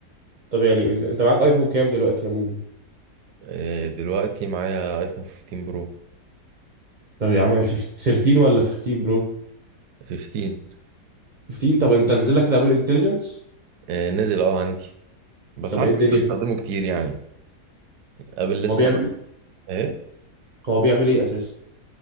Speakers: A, on the right; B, on the right.
A: طب يعني انت انت معاك ايفون كام دلوقتي يا موجود
B: إيه، دلوقتي معايا ايفون 15 برو
A: طب يا عم 15 13 ولا 15 برو
B: 15
A: 15 طب انت نزل لك الابل انتليجنس
B: إيه، نزل اه عندي بس
A: طب
B: حاسس
A: ايه الدنيا
B: اني بستخدمه كتير يعني قبل لسه
A: هو بيعمل
B: ايه
A: هو بيعمل ايه اساسا